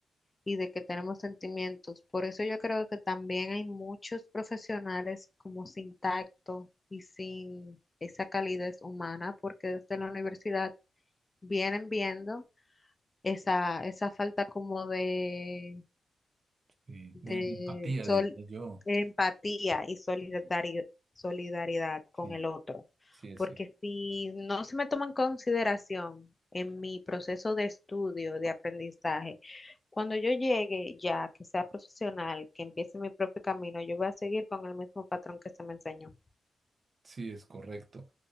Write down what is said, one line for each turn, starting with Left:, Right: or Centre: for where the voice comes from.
Left: y de que tenemos sentimientos. Por eso yo creo que también hay muchos profesionales como sin tacto y sin esa calidez humana, porque desde la universidad vienen viendo esa, esa falta como de
Right: sí,
Left: de
Right: de empatía,
Left: sol,
Right: diría yo.
Left: empatía y solidari-
Right: Sí,
Left: solidaridad
Right: sí,
Left: con el otro.
Right: sí,
Left: Porque
Right: sí,
Left: si no se me toma en consideración en mi proceso de estudio, de aprendizaje, cuando yo llegue ya, que sea profesional, que empiece mi propio camino, yo voy a seguir con el mismo patrón que se me enseñó.
Right: Sí, es correcto.